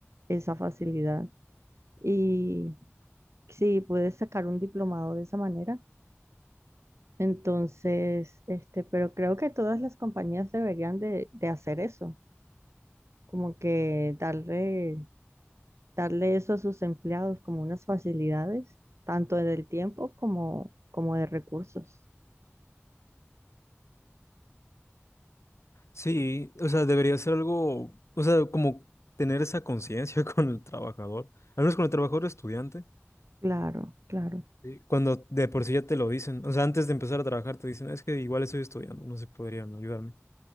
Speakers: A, on the right (about 75°); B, on the left (about 75°).
A: esa facilidad. Y sí, pude sacar un diplomado de esa manera. Entonces, este, pero creo que todas las compañías deberían de, de hacer eso como que darle, darle eso a sus empleados como unas facilidades, tanto del tiempo como, como de recursos.
B: Sí, o sea, debería ser algo, o sea, como tener esa conciencia <laughs> con el trabajador, al menos con el trabajador estudiante,
A: Claro, claro.
B: Sí. cuando de por sí ya te lo dicen, o sea, antes de empezar a trabajar te dicen, es que igual estoy estudiando, no se podrían ayudarme.